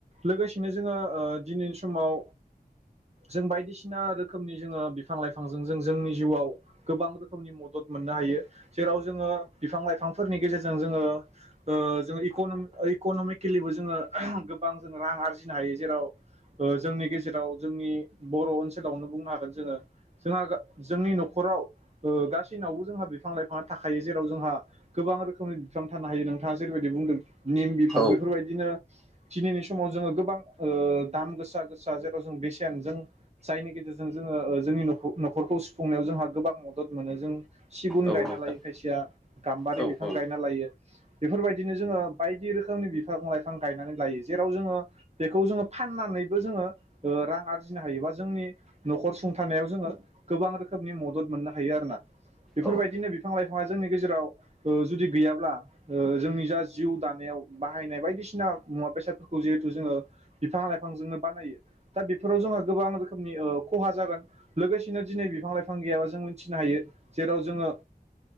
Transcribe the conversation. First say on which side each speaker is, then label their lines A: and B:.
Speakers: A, on the right; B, in the centre.
A: लोगोसेनो जोङो ओ दिनैनि समाव जों बायदिसिना रोखोमनि जोङो बिफां लाइफांजों जों जोंनि जिउआव। गोबां रोखोमनि मदद मोननो हायो जेराव जोङो बिफां लाइफांफोरनि गेजेरजों जोङो ओ जोंङो इक'नमिकेलिबो जोङो गोबां जों रां आरजिनो हायो जेराव ओ जोंनि गेजेराव जोंनि बर' ओनसोलावनो बुंनो हागोन जोङो जोंहा जोंनि न'खराव। ओ गासैनावबो जोंहा बिफां लाइफाङा थाखायो जेराव जोंहा गोबां रोखोमनि बिफां थानो हायो नोंथाङा जेरैबायदि बुंदों। निम बिफां
B: औ
A: बेफोरबायदिनो। दिनैनि समाव जोङो गोबां ओ दाम गोसा गोसा जेराव जों बेसेन जों जायनि गेजेरजों जोङो ओ जोंनि न'खरखौ सुफुंनायाव जोंहा गोबां मद मदद मोनो जों सिगुन
B: औ
A: गायना
B: नोंथां
A: लायो खायसेया। गाम्बारि
B: औ
A: बिफां
B: औ
A: गायना लायो। बेफोरबायदिनो जोङो बायदि रोखोमनि बिफां लाइफां गायनानै लायो जेराव जोङो बेखौ जोङो फाननानैबो जोङो रां आरजिनो हायो बा जोंनि न'खर सुंथानायाव जोङो गोबां रोखोमनि मदद मोननो हायो। थायो आरोना बेफोरबायदिनो
B: औ
A: बिफां लाइफांआ जोंनि गेजेराव ओ जुदि गैयाब्ला ओ जोंनि जा जिउ दानायाव बाहायनाय बायदिसिना मुवा बेसादफोरखौ जिहेथु जोङो बिफां लाइफांजोंनो बानायो। दा बेफोराव जोंहा गोबां। खहा जागोन लोगोसेनो दिनै बिफां लाइफां गैयाबा जों। नो हायो जेराव जोङो